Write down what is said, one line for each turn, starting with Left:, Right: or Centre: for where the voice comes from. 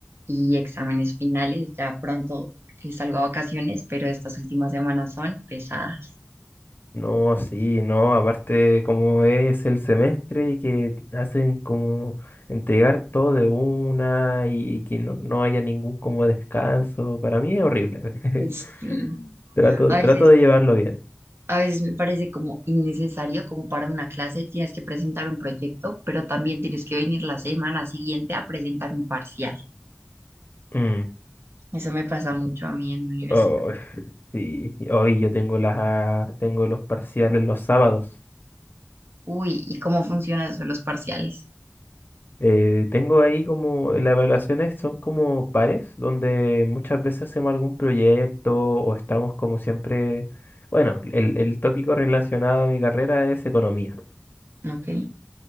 Right: y exámenes finales. Ya pronto eh, salgo a vacaciones, pero estas últimas semanas son pesadas.
Left: No, sí, no, aparte como es el semestre y que hacen como entregar todo de una y que no, no haya ningún como descanso, para mí es horrible.
Right: Pues sí,
Left: <laughs> Trato,
Right: a
Left: trato
Right: veces,
Left: de llevarlo bien.
Right: a veces me parece como innecesario, como para una clase tienes que presentar un proyecto, pero también tienes que venir la semana siguiente a presentar un parcial.
Left: Mm,
Right: Eso me pasa mucho a mí en la universidad.
Left: oh, sí, hoy yo tengo las, tengo los parciales los sábados.
Right: Uy, ¿y cómo funcionan eso de los parciales?
Left: Eh, tengo ahí como las evaluaciones son como pares, donde muchas veces hacemos algún proyecto o estamos como siempre, bueno, el, el tópico relacionado a mi carrera es economía.
Right: Ok,